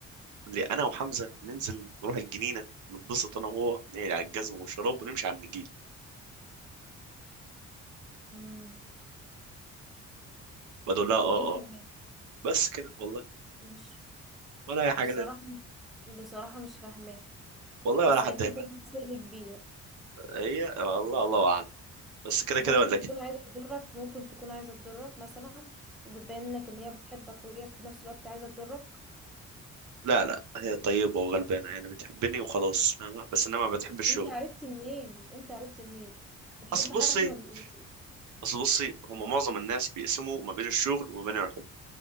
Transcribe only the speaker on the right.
اللي انا وحمزه ننزل نروح الجنينه نتبسط انا وهو نقلع على الجزم والشراب ونمشي على النجيل
بقول لها اه
اه بس كده والله
ولا اي حاجه
تانية
والله
ولا حد
يفهم
هي الله الله اعلم بس كده
كده ولا
كده
لا لا هي طيبه وغلبانه يعني بتحبني وخلاص فاهمة؟ بس انما ما بتحبش شغلي
اصل بصي
اصل بصي هم معظم الناس بيقسموا ما بين الشغل وما بين الحب